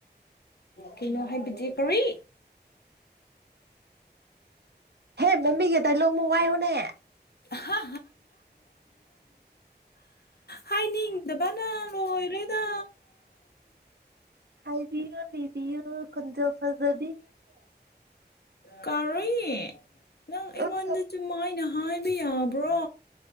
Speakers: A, on the left; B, on the right.
A: ꯀꯩꯅꯣ ꯍꯥꯏ ꯕꯤꯗꯤ ꯀꯏ
B: ꯍꯦ ꯣꯝꯕꯤꯒꯦ ꯇꯥꯏꯂꯣ ꯑꯃꯨꯛ ꯋꯥꯏꯌꯣꯅꯦ
A: ꯍꯥ ꯍꯥꯏꯅꯤ ꯗꯕꯅꯥ ꯑꯣꯏ ꯑꯣꯏꯔꯗ
B: ꯍꯥꯏꯕꯤꯌꯨ ꯂꯤꯕꯤꯌꯨ ꯈꯟꯖ ꯐꯖꯕꯤ
A: ꯀꯥꯔꯣꯏꯌꯦ ꯅꯪ ꯑꯩꯉꯣꯟꯗꯁꯨꯨꯝ
B: ꯎꯝ
A: ꯃꯥꯏꯅ ꯍꯥꯏ ꯌꯥꯕ꯭ꯔꯣ